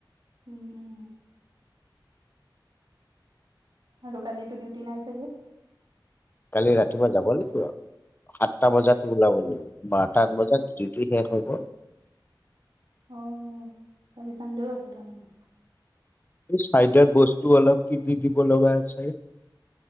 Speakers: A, on the right; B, on the left.
A: উম উম আৰু কালিতো ডিউটি নাই চাগে
B: কালি ৰাতিপুৱা যাব লাগিব আৰু সাতটা বজাত ওলাব লাগিব বাৰটা বজাত ডিউটি শেষ হব
A: অ কালি চানডেউ আছে তাৰমানে
B: এই চাইডত বস্তু অলপ কি কি দিব লগা আছে